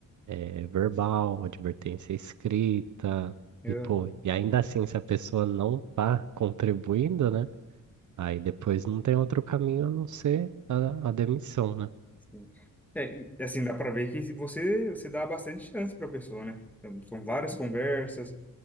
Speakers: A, on the right; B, in the centre.
A: eh, verbal, advertência escrita,
B: Uhum.
A: e pô, e ainda assim, se a pessoa não tá contribuindo, né? Aí depois não tem outro caminho a não ser a, a demissão, né?
B: Sim. É, e, assim, dá pra ver que você, você dá bastante chance pra pessoa, né? Então, são várias conversas,